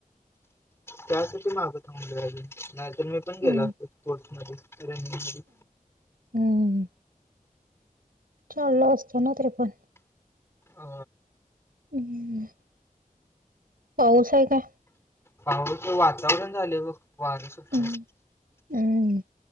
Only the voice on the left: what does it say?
त्यांसाठी माग थांबलोय नाहीतर मी पण घेतलो
असतो. स्पोर्ट्स मध्ये रनिंग मध्ये.
आ
पाऊस च वातावरण झाले बघ वार सुटले.